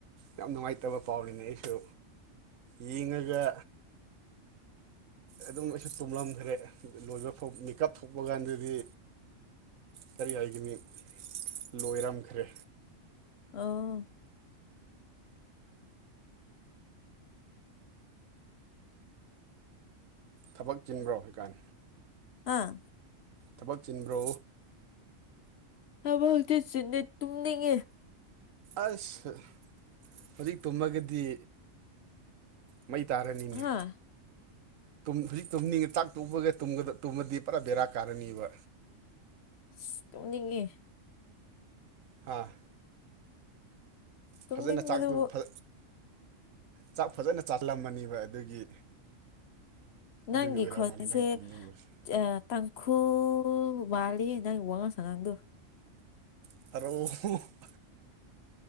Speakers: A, on the right (about 80°); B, on the left (about 60°).
A: ꯌꯥꯝ ꯅꯨꯡꯉꯥꯏꯇꯕ ꯄꯥꯎꯔꯤꯅꯦ ꯑꯩꯁꯨ ꯌꯦꯡꯉꯒ ꯑꯗꯨꯝ ꯑꯩꯁꯨ ꯇꯨꯝꯂꯝꯈ꯭ꯔꯦ ꯂꯣꯏꯕ ꯐꯧ ꯃꯤꯀꯞ ꯊꯣꯛꯄ ꯀꯥꯟꯗꯗꯤ ꯀꯔꯤ ꯍꯥꯏꯒꯅꯤ ꯂꯣꯏꯔꯝꯈ꯭ꯔꯦ
B: ꯑꯥ
A: ꯊꯕꯛ ꯆꯤꯟꯕ꯭ꯔꯣ ꯍꯧꯖꯤꯀꯥꯟ
B: ꯑꯥ
A: ꯊꯕꯛ ꯆꯤꯟꯕ꯭ꯔꯣ
B: ꯍꯥꯏꯕ ꯍꯧꯛꯇꯤ ꯆꯤꯟꯗꯦ ꯇꯨꯝꯅꯤꯡꯉꯦ
A: ꯑꯁ ꯍꯧꯖꯤꯛ ꯇꯨꯝꯃꯒꯗꯤ ꯃꯩ ꯇꯥꯔꯅꯤꯅꯦ
B: ꯍꯥ
A: ꯇꯨꯝ ꯍꯧꯖꯤꯛ ꯇꯨꯝꯅꯤꯡꯉꯦ ꯆꯥꯛ ꯇꫭꯛꯕꯒ ꯇꯨꯝꯕꯗ ꯇꯨꯝꯃꯗꯤ ꯄꯨꯔꯥ ꯕꯦꯔꯥ ꯀꯥꯔꯅꯤꯕ
B: ꯑꯁ ꯇꯨꯝꯅꯤꯡꯉꯤ
A: ꯍꯥꯥ
B: ꯇꯨꯝꯅꯤꯡꯕꯗꯨꯕꯨ
A: ꯐꯖꯅ ꯆꯥꯛꯇꯨ ꯐ ꯆꯥꯛ ꯐꯖꯅ ꯆꯥꯔꯝꯃꯅꯦꯕ ꯑꯗꯨꯒꯤ ꯑꯗꯨꯒꯤ
B: ꯅꯪꯒꯤ
A: ꯑꯣꯏꯔꯝꯃꯅꯤ
B: ꯈꯣꯟꯁꯦ
A: ꯅꯪ ꯇꯨꯝꯅꯤꯡꯕꯁꯤ
B: ꯇꯥꯡꯈꯨꯜ ꯃꯥꯜꯂꯤꯌꯦ ꯅꯪ ꯋꯥꯉꯥꯡ ꯁꯉꯥꯡꯗꯣ
A: <unintelligible>